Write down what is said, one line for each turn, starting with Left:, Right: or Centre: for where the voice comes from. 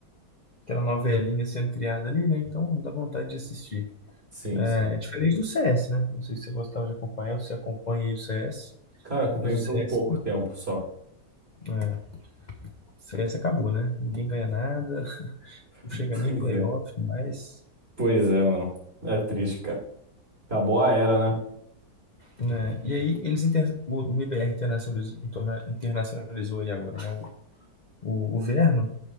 Left: aquela novelinha sendo criada ali, né? Então dá vontade de assistir.
Right: Sim,
Left: É
Right: sim.
Left: diferente do CS, né? Não sei se você gostava de acompanhar ou se acompanha aí o CS,
Right: Cara, acompanhei
Left: mas o
Right: por
Left: CS,
Right: um pouco tempo só.
Left: é, CS acabou, né? Ninguém ganha nada, <laughs>
Right: <laughs>
Left: não chega
Right: Pois
Left: nem playoff
Right: é.
Left: mais.
Right: Pois é, mano. É triste, cara. Acabou a era, né?
Left: Né? E aí eles inter... o, o MBR internacionalizou, internacionalizou aí agora, né? O, o, o Verno